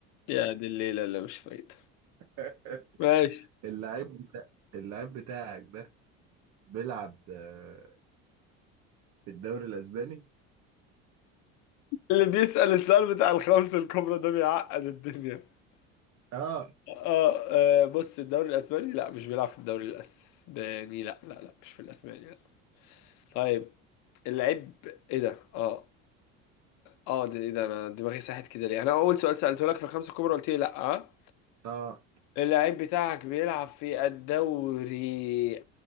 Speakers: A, on the left; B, on the right.
A: يا دي الليلة اللي مش فايدة
B: <laughs>
A: ماشي
B: اللعيب بتاع اللعيب بتاعك ده بيلعب آه، في الدوري الاسباني
A: اللي بيسأل السؤال بتاع الخمس الكبرى ده بيعقد الدنيا
B: اه
A: اه آه، بص الدوري الاسباني لا مش بيلعب في الدوري الاسباني لا لا لا مش في الاسباني لا. طيب اللعيب ايه ده اه اه ده ايه ده انا دماغي ساحت كده ليه انا اول سؤال سالته لك في الخمسه الكبرى قلت لي لا آه.
B: اه
A: اللعيب بتاعك بيلعب في الدوري